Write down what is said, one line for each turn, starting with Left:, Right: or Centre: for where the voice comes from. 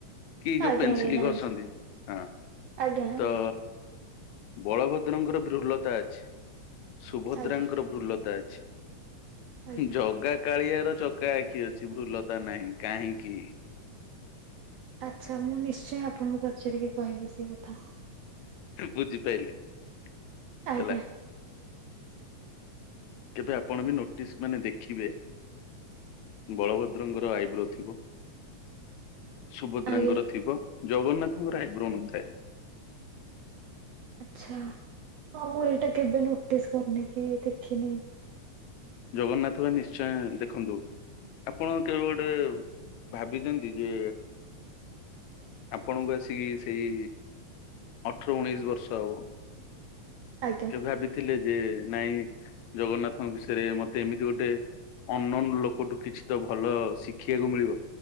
Left: କି ଯୋଉ
Right: ଆଜ୍ଞା
Left: ପେନସିଲ
Right: ଆଜ୍ଞା ଜାଣିଛି
Left: ଘସଛନ୍ତି ହଁ
Right: ଆଜ୍ଞା ଆଜ୍ଞା।
Left: ତ ବଳଭଦ୍ରଙ୍କର ବୃଲତା ଅଛି ସୁଭଦ୍ରାଙ୍କର
Right: ଆଜ୍ଞା
Left: ବୃଲତା ଅଛି।
Right: ଆଜ୍ଞା
Left: ଜଗା କାଳିଆର ଚକା ଆଖି ଅଛି ଭୁଲତା ନାହିଁ କାହିଁକି?
Right: ଆଚଛା ମୁଁ ନିଶ୍ଚୟ ଆପଣଙ୍କୁ ପଚାରିକି କହିବି ସେଇ କଥା।
Left: ବୁଝି ପାଇଲେ ହେଲା।
Right: ଆଜ୍ଞା
Left: କେବେ ଆପଣ ବି ନୋଟିସ୍ ମାନେ ଦେଖିବେ ବଳବଦ ରଙ୍ଗର ଆଇବ୍ରୋ ଥିବ। ସୁଭଦ୍ରାଙ୍କର
Right: ଆଜ୍ଞା
Left: ଥିବ ଜଗନ୍ନାଥଙ୍କର ଆଇବ୍ର ନ ଥାଏ।
Right: ଆଛା ହଁ ମୁଁ ଏଇଟା କେବେ ନୋଟିସ କରିନି କି ଦେଖିନି।
Left: ଜଗନ୍ନାଥ ଭ ନିଶ୍ଚୟ ଦେଖନ୍ତୁ। ଆପଣ କେବେ ଗୋଟେ ଭାବିଛନ୍ତି ଯେ ଆପଣଙ୍କୁ ଆସିକି ସେଇ ଅଠର ଉଣେଇଶି ବର୍ଷ ହବ।
Right: ଆଜ୍ଞା।
Left: କେ ଭାବିଥିଲେ ଯେ ନାଇଁ ଜଗନ୍ନାଥଙ୍କ ବିଷୟରେ ମତେ ଏମିତି ଗୋଟେ। ଅନନୋନ ଲୋକଠୁ କିଛି ତ ଭଲ ଶିଖିବାକୁ ମିଳିବ